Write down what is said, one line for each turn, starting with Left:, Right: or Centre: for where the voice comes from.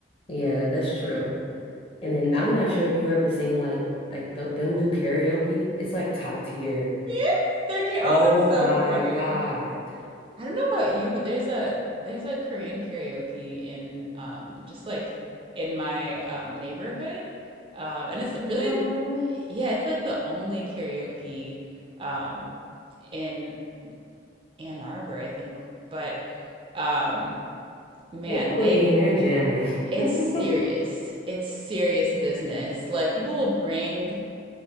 Left: Yeah, that's true. And then I'm not sure if you ever seen like like th them do karaoke. It's like top tier.
Right: Yeah, they're K-
Left: Oh
Right: oh, that's so
Left: my
Right: funny.
Left: God.
Right: I don't know about you, but there's a there's a Korean karaoke in um, just like in my um, neighborhood, um, and it's really
Left: What?
Right: yeah, it's like the only karaoke um, in Ann Arbor, I think, but. Um, man,
Left: They probably
Right: they
Left: be in there jamming. <laughs>
Right: It's serious. It's serious business. Like people will bring